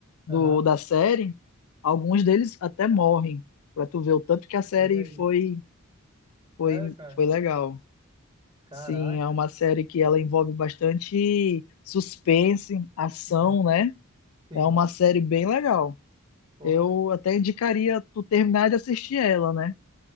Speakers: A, on the right; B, on the left.
A: Aham.
B: do, da série, alguns deles até morrem, pra tu ver o tanto que a série
A: E aí?
B: foi, foi,
A: Sério, cara?
B: foi legal.
A: Caraca.
B: Sim, é uma série que ela envolve bastante suspense, ação,
A: Uhum.
B: né?
A: Sim.
B: É uma série bem legal.
A: Poxa.
B: Eu até indicaria tu terminar de assistir ela, né?